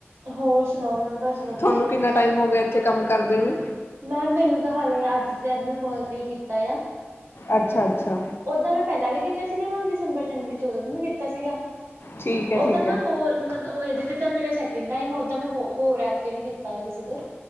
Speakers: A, on the right; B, on the left.
A: ਹੋਰ ਸੁਣਾਓ ਮੈਮ ਬਸ ਵਧੀਆ
B: ਤੁਹਾਨੂੰ
A: ਮੈਮ
B: ਕਿੰਨਾ
A: ਤੁਸੀਂ?
B: ਟਾਈਮ ਹੋ ਗਿਆ ਇੱਥੇ ਕੰਮ? ਕਰਦੇ ਨੇ
A: ਮੈਮ ਮੈਨੂੰ ਤਾਂ ਹਾਲੇ ਅੱਜ ਤੇ, ਅੱਜ ''ਮੈਂ ਫੋਨ ਤੇ ਹੀ ਕੀਤਾ ਆ।
B: ਅੱਛਾ- ਅੱਛਾ।
A: ੳਦੋੰ ''ਮੈਂ ਪਹਿਲਾਂ ਵੀ ਕੀਤਾ ਸੀਗਾ ਮੈਮ, ਦਸੰਬਰ ਜਨਵਰੀ'ਚ ਓਦੋਂ ਵੀ ਮੈਂ ਕੀਤਾ ਸੀਗਾ।
B: ਠੀਕ ਹੈ
A: ਓਦਾਂ
B: ਠੀਕ ਹੈ
A: ਮੈਂ, ਹੋਰ ਮਤ ਇਹਦੇ ਤੇ, ਤਾਂ ਮੇਰਾ ਸੈਕਿੰਡ ਟਾਇਮ ਆ ਓਦਾ ''ਮੈਂ ਹੋਰ ਐਪ ਤੇ, ਵੀ ਕੀਤਾ ਹੈ ਕਿਸੇ ਦੇ।